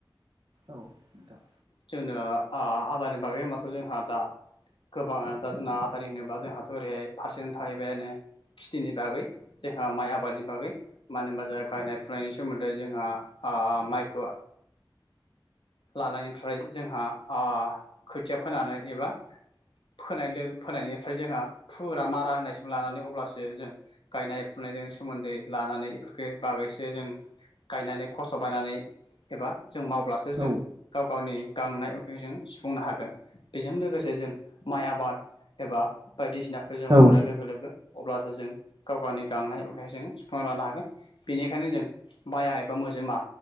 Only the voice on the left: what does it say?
जोंनो ओ आ आदारनि बागै होनबाथ' जोंहा दा गोबाङनो दा जोंना आदारनि होनोबा जोंहाथ' ओरैहाय फारसेनो थाहैबायनो खिथिनि बागै जोंहा माइ आबादनि बागै मानो होनबा जाय गायनाय फुनायनि सोमोन्द न्दै जोंहा आ माइखौ लानायनिफ्राय जोंहा आ खोथिया फोनानै एबा फोनाय फोनायनिफ्राय जोंहा फु खुरा मारा होनाय सम लानानै अब्लासो जों गायनाय फुनायजों सोमोन्दै लानानै इफोरखौ बागैसो जों गायनानै खस्थ' बायनानै एबा जों मावब्लासो जों
गाव गावनि गांनाय उखै जों सुफुंनो हागोन बेजों लोगोसे जों माइ आबाद एबा बायदिसिना खोजों मावनाय
लोगो लोगो अब्लासो जों गाव गावनि गांनाय उखैखौ जों सुफुंना लानो हागोन बेनिखायनो जों बाया एबा मोजोमा